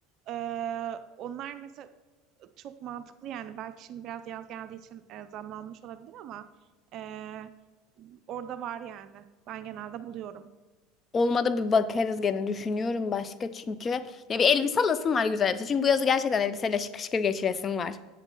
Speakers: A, on the right; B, on the left.
A: E, onlar mesela çok mantıklı yani belki şimdi biraz yaz geldiği için e, zamlanmış olabilir ama e, orada var yani. Ben genelde buluyorum.
B: Olmadı bir bakarız gene düşünüyorum başka çünkü. Ya bir elbise alasım var güzel elbise. Çünkü bu yazı gerçekten elbiseyle şıkır şıkır geçiresim var.